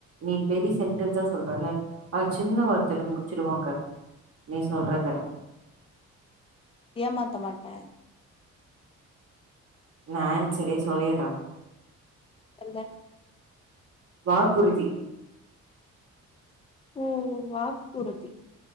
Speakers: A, on the right (about 50°); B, on the left (about 20°).
A: நீ பெரி சென்டன்ஸா சொல்றல அ சின்ன வார்த்தேல முடிச்சுடுவாங்க நீ சொல்றத
B: ஏமாத்த மாட்டே
A: நா ஆன்சரே சொல்லிடுறே
B: எந்த
A: வாக்குறுதி
B: ம் வாக் குறுதி